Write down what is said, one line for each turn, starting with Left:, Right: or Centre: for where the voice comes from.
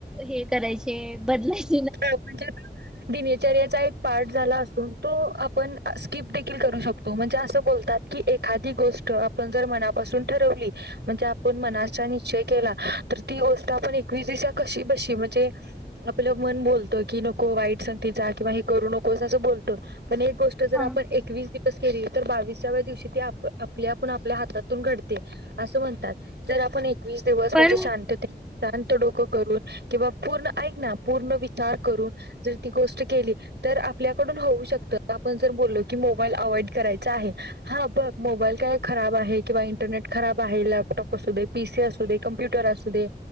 Centre: हे करायचं बदलायचं.
Right: हो, म्हणजे... दिनचर्येचा एक पार्ट झाला असून, तो आपण स्किप देखील करू शकतो. तो म्हणजे, असं बोलतात की एखादी गोष्ट आपण जर मनापासून ठरवली... म्हणजे आपण मनाचा निश्चय केला तर ती गोष्ट आपण एकवीस दिवस कशीबशी म्हणजे... आपल्याला मन बोलतं की, नको वाईट संगतीचं किंवा हे करू नको, असं बोलतं. पण, एक गोष्ट
Centre: ह
Right: आप एकवीस दिवस... केली तर बाविसाव्या दिवशी ती आपली आपण आपल्या हातून घडते. असं म्हणतात, जर आपण... एकवीस दिवस
Centre: पण
Right: म्हणजे शांततेत, शांत डोकं करून किंवा पूर्ण ऐक ना... पूर्ण विचार करून जर ती गोष्ट केली... तर आपल्याकडून होऊ शकतं. आपण जर बोललो की, मोबाईल अवॉइड करायचा आहे... हा बघ... मोबाईल काय... खराब आहे... किंवा इंटरनेट खराब आहे... लॅपटॉप असू दे... पी सी असू दे. कम्प्युटर असू दे...